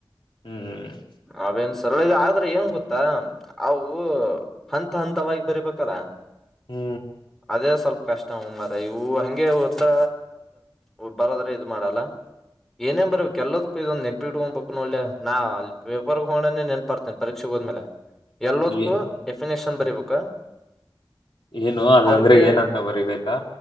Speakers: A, on the left (about 85°); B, in the centre.
A: ಹ್ಮ್ ಹ್ಮ್
B: ಅವೇನ್ ಸರಳ ಇದು ಆದ್ರೆ ಏನ್ ಗೊತ್ತಾ ಅವು ಹಂತ ಹಂತವಾಗಿ ಬರಿಬೇಕಲ್ಲ.
A: ಹ್ಮೂ
B: ಅದೇ ಸ್ವಲ್ಪ ಕಷ್ಟ ಹು ಮರಾಯ ಇವ್ ಹಂಗೆ ಓತ್ತಿ ಇ ಬರದ್ರೆ ಇದು ಮಾಡಲ್ಲ. ಏನೇನ್ ಬರಿಬೇಕ್ ಎಲ್ಲದಕ್ಕೂ ಇದಂದು ನೆನ್ಪಿಟ್ಕೋಗ್ಬೇಕ್ ನೋಡ ಲೇ ನಾ ಪೇಪರ್ ತೋಣನೇ ನೆನ್ಪರ್ತೇನಿ ಪರೀಕ್ಷೆ ಹೋದ್ಮೇಲೆ ಎಲ್ಲೋದಕ್ಕೂ
A: ಏ-
B: ಡೆಫಿನೇಶನ್ ಬರೀಬೇಕು.
A: ಏನು ಅದಂದ್ರೆ
B: ಅವ್ರ ಕೇಳಿ
A: ಏನಂತ ಬರಿಬೇಕಾ